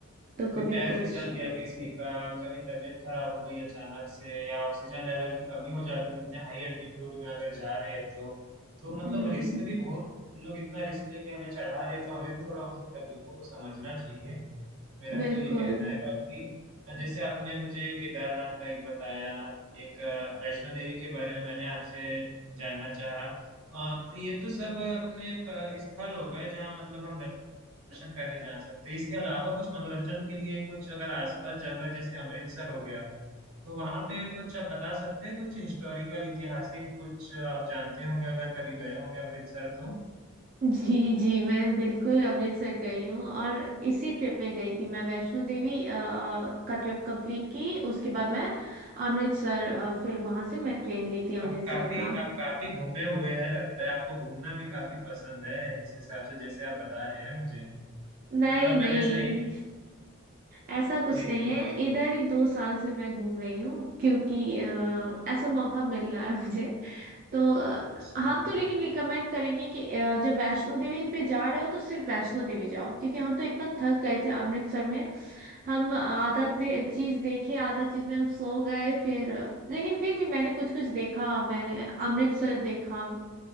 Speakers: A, on the right (about 40°); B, on the right (about 75°).
A: तो
B: भी
A: कभी
B: पैर
A: कुछ
B: फिसल गया किसी का कभी तबीयत खराब हो गई अचानक से या ऑक्सीजन लेवल की कमी हो जाती है उतने हाई एल्टीट्यूड में अगर जा रहे हैं तो तो मतलब
A: हम्म
B: रिस्क भी बहुत लोग इतना रिस्क लेके हमें चढ़ा रहे हैं तो हमें भी थोड़ा उनकी तकलीफों को समझना चाहिए मेरा
A: बिल्कुल
B: तो ये कहना है बाकी जैसे आपने मुझे केदारनाथ का एक बताया एक अ, वैष्णो देवी के बारे में मैंने आपसे जानना चाहा अ, तो ये तो सब अपने प- स्थल हो गए जहाँ मतलब हम दर्शन करने जा सकते हैं इसके अलावा कुछ मनोरंजन के लिए कुछ अगर आसपास जगह जैसे अमृतसर हो गया तो वहां पे कुछ आप बता सकते हैं कुछ हिस्टोरिकल ऐतिहासिक कुछ आप जानते होंगे अगर कभी गए होंगे अमृतसर तो
A: जी जी मैं बिल्कुल अमृतसर गई हूँ और इसी ट्रिप में गई थी मैं वैष्णो देवी अ, का ट्रिप कंप्लीट की उसके बाद मैं अमृतसर अ, फिर वहां से मैं ट्रेन ली थी अमृतसर
B: आप काफी
A: का
B: आप काफी घूमे हुए हैं लगता है आपको घूमना भी काफी पसंद है इस हिसाब से जैसे आप बता रहे हैं मुझे
A: नहीं
B: मतलब
A: नहीं
B: मैंने सही
A: ऐसा कुछ
B: जी
A: नहीं
B: जी
A: है इधर ही दो साल से मैं घूम रही हूँ क्योंकि अ, ऐसा मौका मिल रहा है मुझे तो अ,
B: अच्छा
A: हम तो लेकिन रिकमेंड करेंगे कि अ, जब वैष्णो देवी पे जा रहे हो तो सिर्फ वैष्णो देवी जाओ क्योंकि हम तो इतना थक गए थे अमृतसर में हम आधा दे, चीज देखे आधा चीज में हम सो गए फिर लेकिन फिर भी मैंने कुछ कुछ देखा मैंने अमृतसर देखा